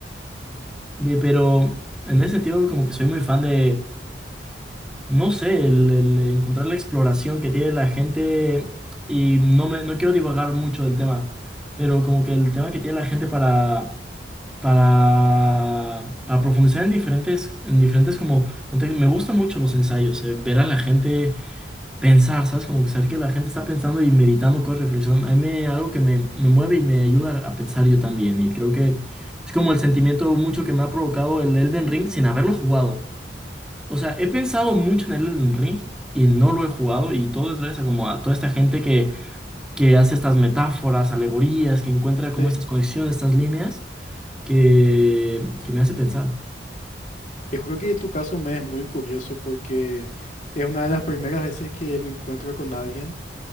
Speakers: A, in the centre; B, on the left.
A: De- pero en ese sentido, como que soy muy fan de no sé, el, el encontrar la exploración que tiene la gente y no me, no quiero divagar mucho del tema, pero como que el tema que tiene la gente para, para, para profundizar en diferentes, en diferentes como contextos. Me gustan mucho los ensayos, eh, ver a la gente pensar, ¿sabes? Como que saber que la gente está pensando y meditando cosas, reflexionando. A mí me- algo que me, me mueve y me ayuda a pensar yo también y creo que es como el sentimiento mucho que me ha provocado el Elden Ring sin haberlo jugado. O sea, he pensado mucho en el Elden Ring y no lo he jugado y todo es gracias a, como a toda esta gente que, que hace estas metáforas, alegorías, que encuentra como
B: Sí,
A: estas conexiones, estas líneas que, que me hace pensar.
B: te juro que tu caso me es muy curioso porque es una de las primeras veces que me encuentro con alguien